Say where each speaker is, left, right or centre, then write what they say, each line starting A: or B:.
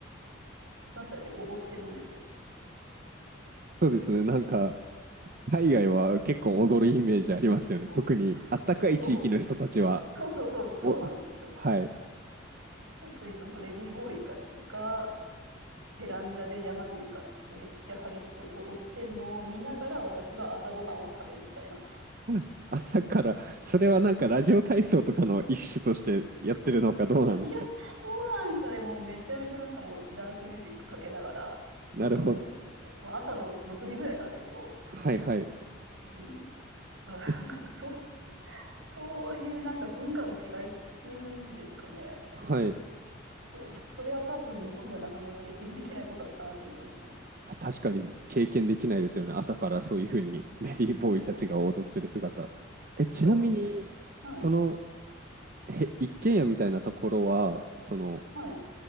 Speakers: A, on the right; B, on the right.
A: その人たち踊ってるんですよ。
B: そうですね。なんか、海外は結構踊るイメージありますよね。
A: うん、そう
B: 特に、あったかい地域の人たちは。
A: そうそうそうそうそうなんですよ。
B: お、はい。
A: 特にそのレディーボーイたちがベランダで山に向かってめっちゃ激しく踊ってんのを見ながら私は朝ごはんを食べるみたいな。
B: <laughs> 朝から、それはなんかラジオ体操とかの一種としてやってるのかどうなんですかね。
A: いや、どうなんですかね。もうめちゃめちゃなんかもうダンスミュージックかけながら陽気に踊ってて。
B: なるほど。
A: もう朝の6時ぐらいからですよ。
B: はいはい。
A: うん。だからなんかもうそう、
B: えす
A: そういうなんか文化の違いっていうんですかね。
B: はい。
A: そう、
B: そ
A: それは多分日本ではなかなか経験できないことだったなと思いますね。
B: 確かに経験できないですよね。朝からそういうふうに <laughs> レディーボーイたちが踊ってる姿。
A: そう、
B: え、ちなみに、
A: そうですね。はい、
B: その、へ、一軒家みたいなところは、その、
A: はい、